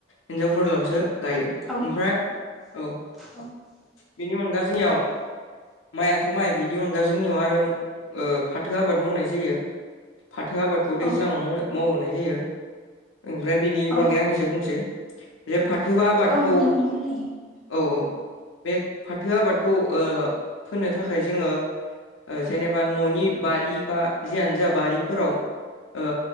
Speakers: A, on the left (about 85°); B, in the centre.
A: हिनजावफोरलावसो गायो
B: औ
A: ओमफ्राय औ
B: औ
A: बेनि अनगा जोंनियाव माइआथ' माइ बिनि अनगा जोंनियाव आरो ओ फाथो आबाद मावनाय जायो। फाथो आबादखौ
B: औ
A: दैज्लाङाव मावनो मावहनाय जायो ओमफ्राय बिनि
B: औ
A: बागै आं एसे बुंसै जे फाथो आबादखौ
B: औ नोंथां बुंनो हायो
A: औ औ बे फाथो आबादखौ ओ फोननो थाखाय जोङो। जेनेबा न'नि बारि बा जियानो जा बारिफोराव ओ